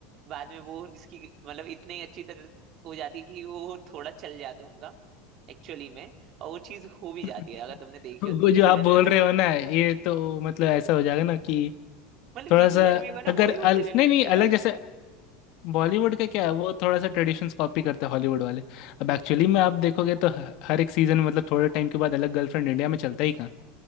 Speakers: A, on the right; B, on the left.
A: बाद में वो इसकी मतलब इतनी अच्छी तरह हो जाती है कि वो थोड़ा चल जाता है उनका एक्चुअली में और वो चीज हो भी
B: <laughs>
A: जाती है अगर तुमने देखी
B: वो
A: हो तीनों
B: जो
A: सीजन
B: आप बोल
A: में अलग
B: रहे हो ना ये तो मतलब ऐसा हो जाएगा ना कि
A: मतलब
B: थोड़ा
A: ये चीज
B: सा
A: है ना मेरे को ना
B: अगर
A: बॉलीवुड
B: अल,
A: से रिलेट
B: नहीं नहीं
A: लिया
B: अलग जैसे बॉलीवुड का क्या है वो थोड़ा सा ट्रेडिशंस कॉपी करते हैं हॉलीवुड वाले अब एक्चुअली में आप देखोगे तो ह- हर एक सीजन मतलब थोड़े टाइम के बाद अलग गर्लफ्रेंड इंडिया में चलता ही कहाँ